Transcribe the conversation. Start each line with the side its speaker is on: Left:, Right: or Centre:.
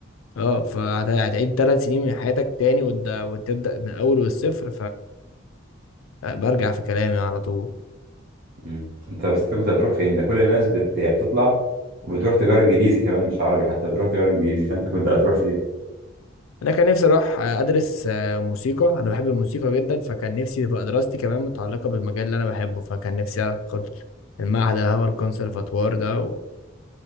Left: اه فهتعيد ثلاث سنين من حياتك تاني وت- وتبدأ من الأول والصفر فبرجع في كلامي على طول
Right: مم. انت بس انت كنت هتروح فين ده كل الناس بت... هي بتطلع وبتروح تجاره انجليزي كمان مش عربي حتى بتروح تجاره انجليزي فانت كنت هتروح فين
Left: أنا كان نفسي أروح أدرس آه، موسيقى أنا بحب الموسيقى جدا فكان نفسي تبقى دراستي كمان متعلقة بالمجال اللي أنا بحبه فكان نفسي أدخل المعهد اللي هو الكونسرفاتوار ده و-